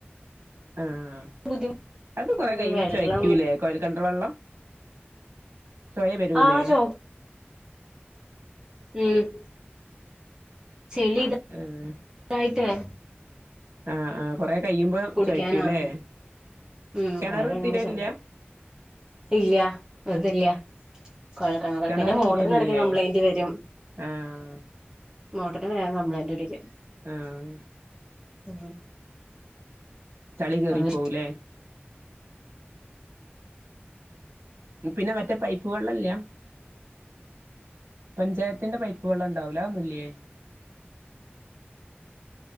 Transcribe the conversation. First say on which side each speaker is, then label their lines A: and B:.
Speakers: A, on the right; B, on the right.
A: ആഹ്
B: ബുദ്ധിമു
A: അത് കൊറെ
B: പിന്നെ
A: കൈയുമ്പൊ
B: വെള്ളം
A: ചൊയ്ക്കൂലേ? കൊയൽ കിണർ വെള്ളം ചൊയ വരൂല്ലേ?
B: ആ ചോ ഉം ചെളിത്
A: ആഹ്
B: <unintelligible>
A: ആഹ് ആഹ് കൊറെ കയ്യുമ്പോ
B: കുടിക്കാനാവില്ല
A: ചോയ്ക്കൂല്ലേ?
B: ഉം
A: കെണറ്
B: കൊറേ കഴിയുമ്പോ
A: തിരേല്ല്യാ.
B: ചൊമ ഇല്ല വെറുതെല്യ കുഴൽകിണറാ
A: കിണർ
B: പിന്നെ മോട്ടറിനിടയ്ക്ക്
A: തീരെല്ലേ
B: കംപ്ലൈന്റ് വരും
A: ആഹ്
B: മോട്ടറിന് വേഗം കംപ്ലയിന്റ് പിടിക്കും
A: ആഹ്
B: ഉം
A: ചളി കേറിപ്പോവൂലേ?
B: അത്
A: പിന്നെ മറ്റേ പൈപ്പുവെള്ളല്ലേ? പഞ്ചായത്തിന്റെ പൈപ്പ് വെള്ളം ഇണ്ടാവൂല അതൊന്നുല്ലേ?